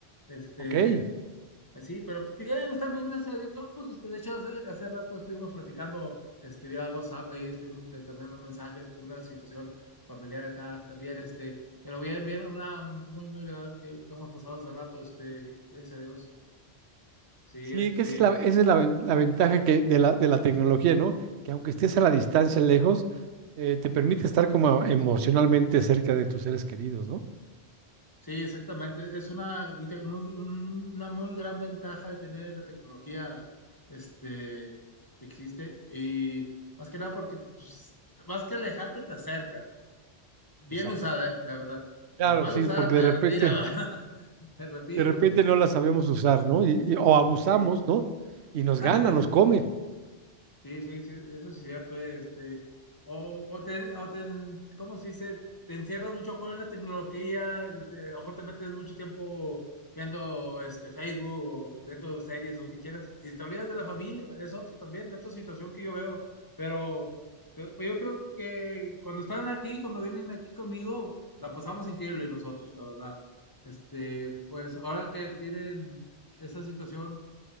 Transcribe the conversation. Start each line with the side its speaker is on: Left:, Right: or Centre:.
Left: Este,
Right: Ok.
Left: pues Sí, pero pues, bien, están bien, gracias a Dios. Este, de hecho, hace, hace rato estuvimos platicando este, vía WhatsApp, ahí estuvimos intercambiando mensajes por una situación familiar acá también. Este, pero bien, bien, una- un momento muy, muy agradable que, que hemos pasado hace rato. Este, gracias a Dios. Sí,
Right: Sí,
Left: este,
Right: que esa es la,
Left: es-
Right: esa es la, ven- la ventaja que, de la, de la tecnología, ¿no? Que aunque estés a la distancia lejos, eh, te permite estar como emocionalmente cerca de tus seres queridos, ¿no?
Left: sí, exactamente. Es una, ahorita muy, una muy gran ventaja de tener la tecnología este, que existe y más que nada porque pues, más que alejarte te acerca. bien
Right: Exacto.
Left: usada, ¿eh? La verdad.
Right: Claro,
Left: Pero mal
Right: sí,
Left: usada
Right: porque
Left: te
Right: de repente,
Left: retira, <laughs> ¿va? Te retira.
Right: de repente no la sabemos usar, ¿no? Y, y- o abusamos,
Left: Sí.
Right: ¿no? Y nos
Left: Ándale,
Right: gana, nos come.
Left: Sí, sí, sí, eso es cierto, eh, este, o, o te, o te, ¿cómo se dice? Te encierras mucho con la tecnología, te, a lo mejor te metes mucho tiempo viendo este, Facebook o viendo series o que quieras, y te olvidas de la familia, es otro también, otra situación que yo veo, pero pe- pues yo creo que cuando están aquí, cuando vienen aquí conmigo, la pasamos increíble nosotros, la verdad. Este, pues ahora que tienen esa situación